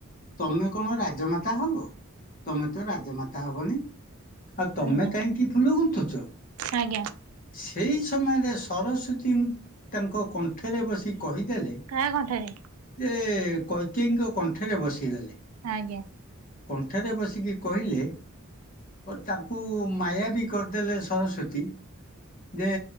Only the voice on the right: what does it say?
ଆଜ୍ଞା
ଆଜ୍ଞା।
କାହା କଣ୍ଠରେ
ଆଜ୍ଞା